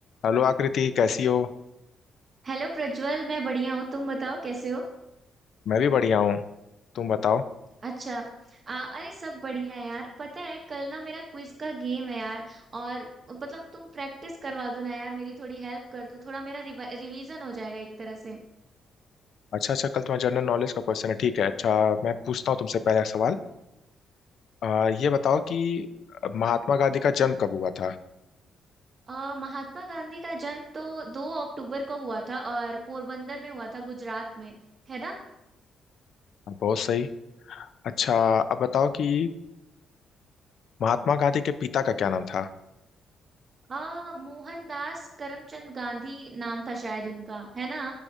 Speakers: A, on the left (about 60°); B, on the right (about 35°).
A: Hello Akriti कैसी हो
B: Hello Prajwal मैं बढ़िया हूँ तुम बताओ कैसे हो
A: मैं भी बढ़िया हूँ तुम बताओ
B: अच्छा आ, अरे सब बढ़िया है यार पता है कल ना मेरा क्विज का गेम है यार और मतलब तुम प्रैक्टिस करवा दो ना यार मेरी थोड़ी हेल्प कर दो थोड़ा मेरा रिवीजन हो जाएगा एक तरह से
A: अच्छा अच्छा कल तुम्हारा जनरल नॉलेज का क्वेश्चन है ठीक है अच्छा मैं पूछता हूँ तुमसे पहला सवाल आ, ये बताओ कि महात्मा गांधी का जन्म कब हुआ था
B: आ, महात्मा गांधी का जन्म तो दो अक्टूबर को हुआ था और पोरबंदर में हुआ था गुजरात में है ना
A: बहुत सही अच्छा अब बताओ कि महात्मा गांधी के पिता का क्या नाम था
B: आ, मोहनदास करमचंद गांधी नाम था शायद उनका है ना